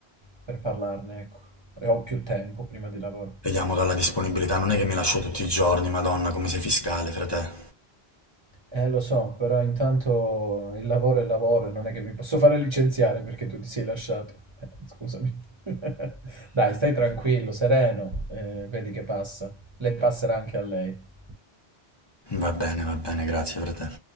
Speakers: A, on the right; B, on the left.
A: per parlarne, ecco. E ho più tempo prima di lavoro.
B: Vediamo dalla disponibilità, non è che mi lascio tutti i giorni, Madonna, come sei fiscale, frate.
A: Eh, lo so, però intanto il lavoro è lavoro e non è che mi posso fare licenziare perché tu ti sei lasciato. Eh, scusami. <laughs> Dai, stai tranquillo, sereno, eh, vedi che passa. Le passerà anche a lei.
B: Va bene, va bene, grazie, frate.